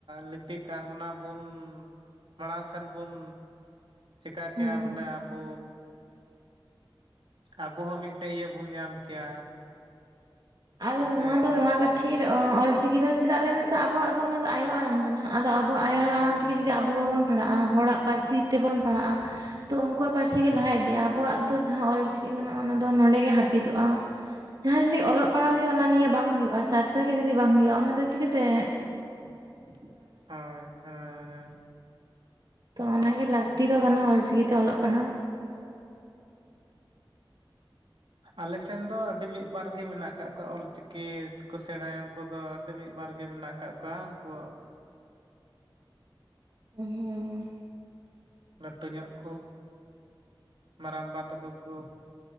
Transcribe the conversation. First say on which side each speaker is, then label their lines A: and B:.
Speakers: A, on the right; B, on the right.
A: ᱞᱤᱯᱤ ᱠᱟᱱ ᱚᱱᱟ ᱵᱩᱱ ᱢᱟᱲᱟᱝ ᱥᱮᱱ ᱵᱚᱱ ᱪᱮᱠᱟ ᱠᱮᱭᱟ
B: ᱦᱮᱸ
A: ᱵᱚᱞᱮ ᱟᱵᱚᱻ ᱟᱵᱚ ᱦᱚᱸ ᱢᱤᱫᱴᱮᱜ ᱤᱭᱟᱹ ᱵᱚᱱ ᱧᱟᱢ ᱠᱮᱭᱟ
B: ᱟᱫᱚ
A: ᱡᱮᱥᱮ
B: ᱱᱚᱣᱟ ᱫᱚ ᱱᱚᱣᱟ ᱠᱟᱹᱛᱷᱤᱨ ᱚᱞᱪᱤᱠᱤ ᱫᱚ ᱪᱮᱫᱟᱜ ᱞᱟᱹᱭ ᱢᱮᱥᱮ ᱟᱵᱚᱣᱟᱜ ᱫᱚ ᱚᱱᱟ ᱫᱚ ᱟᱭᱳ ᱟᱲᱟᱝ ᱠᱟᱱᱟ ᱟᱫᱚ ᱟᱵᱚᱣᱟᱜ ᱟᱭᱳ
A: ᱦᱩᱸ
B: ᱟᱲᱟᱝ ᱛᱮᱜᱮ ᱡᱩᱫᱤ ᱟᱵᱚ ᱵᱟᱵᱚᱱ ᱯᱟᱲᱦᱟᱜᱼᱟ ᱦᱚᱲᱟᱜ ᱯᱟᱹᱨᱥᱤ ᱛᱮᱵᱚᱱ ᱯᱟᱲᱦᱟᱜᱼᱟ ᱛᱚ ᱩᱱᱠᱩᱣᱟᱜ ᱯᱟᱹᱨᱥᱤ ᱜᱮ ᱞᱟᱦᱟ ᱤᱫᱤᱜᱼᱟ ᱟᱵᱚᱣᱟᱜ ᱫᱚ ᱡᱟᱦᱟᱸ ᱚᱞᱪᱤᱠᱤ ᱢᱮᱱᱟᱜᱼᱟ ᱚᱱᱟ ᱫᱚ ᱱᱚᱸᱰᱮ ᱜᱮ ᱦᱟᱹᱯᱤᱫᱚᱜᱼᱟ ᱡᱟᱦᱟᱸᱭ ᱡᱩᱫᱤ ᱚᱞᱚᱜᱼᱼ ᱯᱟᱲᱦᱟᱣ ᱜᱮ ᱚᱱᱟ ᱱᱤᱭᱮ ᱵᱟᱝ ᱦᱩᱭᱩᱜᱼᱟ ᱪᱟᱨᱪᱟ ᱜᱮ ᱡᱩᱫᱤ ᱵᱟᱝ ᱦᱩᱭᱩᱜᱼᱟ ᱚᱱᱟ ᱫᱚ ᱪᱤᱠᱟᱹ ᱛᱮ
A: ᱦᱳᱭ ᱦᱮᱸ ᱦᱮᱸ
B: ᱛᱚ ᱚᱱᱟᱜᱮ ᱞᱟᱹᱠᱛᱤ ᱫᱚ ᱠᱟᱱᱟ ᱚᱞᱪᱤᱠᱤ ᱛᱮ ᱚᱞᱚᱜ ᱯᱟᱲᱦᱟᱣ
A: ᱟᱞᱮ ᱥᱮᱱ ᱫᱚ ᱟᱹᱰᱤ ᱢᱤᱫ ᱵᱟᱨ ᱜᱮ ᱢᱮᱱᱟᱜ ᱟᱠᱟᱫ ᱠᱚᱣᱟ ᱚᱞᱪᱤᱠᱤ ᱠᱚ ᱥᱮᱬᱟᱭᱟ ᱩᱱᱠᱩ ᱫᱚ ᱟᱹᱰᱤ ᱢᱤᱫ ᱵᱟᱨ ᱜᱮ ᱢᱮᱱᱟᱜ ᱠᱚᱣᱟ ᱟᱠᱟᱫ ᱠᱚᱣᱟ ᱩᱱᱠᱩᱣᱟᱜ <unintelligible>
B: ᱦᱚᱸ ᱦᱚᱸ
A: ᱞᱟᱹᱴᱩ ᱧᱚᱜ ᱠᱚ ᱢᱟᱨᱟᱝᱵᱟ ᱛᱟᱠᱚ ᱠᱚ